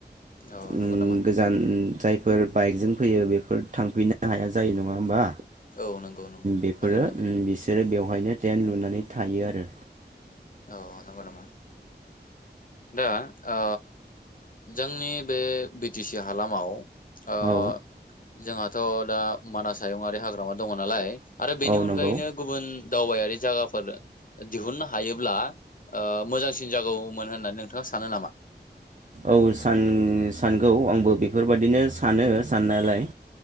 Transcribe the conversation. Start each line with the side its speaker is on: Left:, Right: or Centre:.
Left: औ
Right: उम
Left: नंगौ नामा।
Right: गोजान जायफोर बाइकजों फैयो बेफोर थांफिननो हाया जायो नङा होमबा।
Left: औ नंगौ नंगौ
Right: बेफोरो
Left: थारैनो नंगौ
Right: बिसोरो बेव बेहायनो टेन लुनानै थायो आरो।
Left: औ नंगौ नामा दा आ जोंनि बि टि सि हालामाव अ
Right: औ
Left: जोंहा थ' दा मानास हायुंआरि हाग्रामा दङ नालाय आरो बेनि
Right: औ
Left: अनगायैनो
Right: नंगौ
Left: गुबुन दावबायारि जागाफोर दिहुननो हायो। ब्ला मोजांसिन जागौमोन होननानै नोंथाङा सानो नामा?
Right: औ सान सानगौ आंबो बेफोरबादिनो सानो साननायालाय